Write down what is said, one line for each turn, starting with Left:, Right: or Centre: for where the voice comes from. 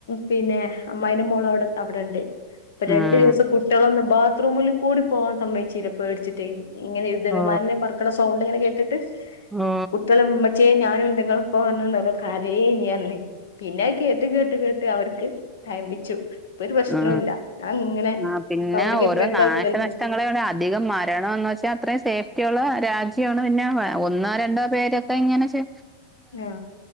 Left: പിന്നെ അമ്മായിന്റെ മോള് അവിടെ അവിടെണ്ട് ഇപ്പ
Centre: ആഹ്
Left: രണ്ടു ദിവസം കുട്ടികളൊന്നും ബാത്റൂമില് കൂടി പോവാൻ സമ്മയിച്ചില്ല പേടിച്ചിട്ടേ ഇങ്ങനെ യുദ്ധവിമാനന്നെ
Centre: ഓ
Left: പറക്കണ സ സൗണ്ട് ഇങ്ങന കേട്ട് ട്ട്
Centre: ഓ
Left: കുട്ടികളുമ്മച്ചിയെ ഞാൻ നുണ്ട് ഇങ്ങള്‌പ്പൊ വന്ന്ന്നോളോ കരയേ ഞ്ഞ് അന്ന് പിന്നെ അഅ് കേട്ട് കേട്ട് കേട്ട് അവർക്ക് തയമ്പിച്ചു ഇപ്പൊ ഒരു പ്രശ്നവും
Centre: ആ
Left: ഇല്ല ഞാൻ ഇങ്ങനെ
Centre: ആ പിന്നെ
Left: സൗണ്ടിങ്
Centre: ഓരോ
Left: എപ്പഴും
Centre: നാശനഷ്ടങ്ങളെയടെ
Left: കേൾക്കല്ലേ
Centre: അധികം മരണംന്ന് വച്ചാ അത്രയും സേഫ്റ്റിയുള്ള രാജ്യ ണ് പിന്നെ ഒന്നോ രണ്ടോ പേര് ത്തെ ഇങ്ങനെ ഷെ
Left: ആ